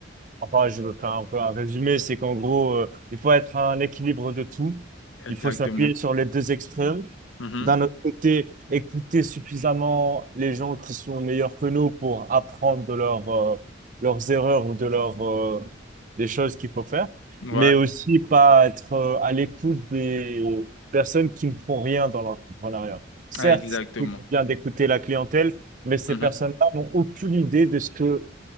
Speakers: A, on the right; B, on the left.
A: Enfin, je veux faire un peu un résumé, c'est qu'en gros, euh, il faut être un équilibre de tout.
B: Exactement.
A: Il faut s'appuyer sur les deux extrêmes.
B: Mhm.
A: D'un autre côté, écouter suffisamment les gens qui sont meilleurs que nous pour apprendre de leurs euh, leurs erreurs ou de leurs euh, des choses qu'il faut faire.
B: Ouais,
A: Mais aussi pas être euh, à l'écoute des personnes qui ne font rien dans l'entrepreneuriat. Certes,
B: exactement.
A: c'est toujours bien d'écouter la clientèle, mais ces
B: Mhm.
A: personnes-là n'ont aucune idée de ce que